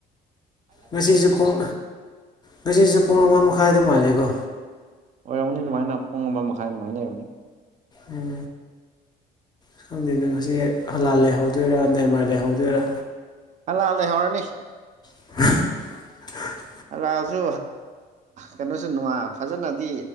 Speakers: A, on the left; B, on the right.
A: ꯉꯁꯤꯁꯨ ꯄꯨꯡ ꯉꯁꯤꯁꯨ ꯄꯨꯡ ꯑꯃ ꯃꯈꯥꯏꯗ ꯃꯥꯜꯂꯦꯀꯣ꯫
B: ꯑꯣꯏꯔꯧꯅꯤ ꯑꯗꯨꯃꯥꯏꯅ ꯄꯨꯡꯕ ꯃꯈꯥꯏ ꯑꯗꯨꯃꯥꯏꯅ ꯑꯣꯏꯔꯝꯅꯤ꯫
A: ꯎꯝ꯫ ꯈꯪꯗꯦꯅ ꯉꯁꯤ ꯍꯂꯥꯜ ꯂꯩꯍꯧꯗꯣꯏꯔꯥ ꯅꯦꯃꯔ ꯂꯩꯍꯧꯗꯣꯏꯔꯥ꯫
B: ꯑꯜꯂꯜ ꯂꯩꯍꯧꯔꯅꯤ꯫
A: <unintelligible>
B: ꯍꯂꯥꯜꯁꯨ ꯀꯩꯅꯣꯁꯨ ꯅꯨꯡꯉꯥꯏ ꯐꯖꯅꯗꯤ꯫